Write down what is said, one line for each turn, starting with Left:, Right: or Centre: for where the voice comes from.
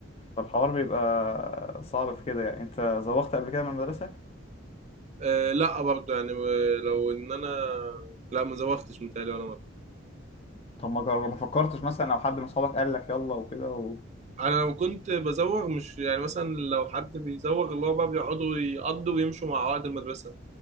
Left: فالحوار بيبقى صعب في كده يعني انت زوغت قبل كده من المدرسة؟
Right: أه لا برضه يعني لو ان انا لا ما زوغتش متهيألي ولا مره
Left: طب ما جر- ما فكرتش مثلا أو حد من صحابك قال لك يلا وكده و...
Right: انا لو كنت بزوغ مش يعني مثلا لو حد بيزوغ اللي هو بقى بيقعدوا يقضوا ويمشوا مع عقد المدرسه